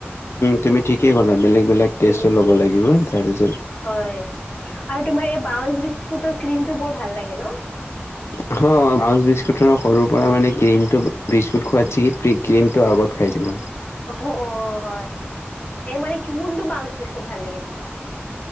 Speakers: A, on the left; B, on the left.
A: তুমি ঠিকেই ক'লা বেলেগ বেলেগ টেষ্টো
B: উম
A: ল'ব
B: উম
A: লাগিব তাৰপিছ
B: হয় আৰু তোমাৰ এই বউ বিস্কুটৰ কমটো বৰ ভাল লাগে ন
A: অ ব্ৰাউঞ্চ বিস্কুটৰ সৰুৰ পৰা মানে ক্ৰীমটো বিস্কুট খোৱাতছ কি ক্ৰীমটো আগত খাইছিলোঁ
B: অ অ হয় এই মানে কি কোনটো বাউস বেছি ভাল লাগে তোমাৰ